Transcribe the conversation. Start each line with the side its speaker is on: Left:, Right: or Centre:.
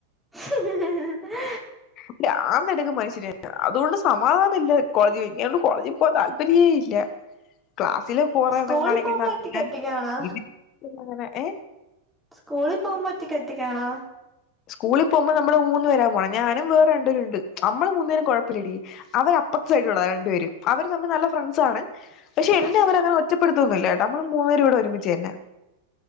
Centre: ഉ
Left: ല്ല ആന്നടുക്ക്ും മനുഷ്യര അതുകൊണ്ട് സമാധാന ഇല്ല കോളേജിൽ ഇങ്ങൊണ്ട് കോളേജിൽ പോവാ താല്പര്യമേ ഇല്ല ക്ലാസ്സിലറണ്ണ
Centre: സ്കൂളിൽ
Left: കാണിക്കുന്ന
Centre: പോകുമ്പോ ഒറ്റക്ക്
Left: ഞാൻങ്ങനെ
Centre: ഒറ്റക്കാണോ
Left: ഏ
Centre: സ്കൂളിൽ പോകുമൻ പറ്റ കത്തിക്കണോ
Left: സ്കൂളിൽ പോകുമ്പോൾ നമ്മള് മൂന്ന്ുേരാ പോകണം ഞാനും വേറെ രണ്ടപേരു ഉണ്ട് നമ്മള് മൂന്നുേും കുഴപ്പില്ലട അവപ്പ സഡ രണ്ടു പേര അവര് തമ്മിൽ നല്ല ഫ്രണ്ട്സാണ് പക്ഷെ എന്നെ അവരങ്ങനെ ഒറ്റപ്പെടുത്തന്നില്ല നമ്മൾ മൂന്നര ഒരുമിച്ചുന്ന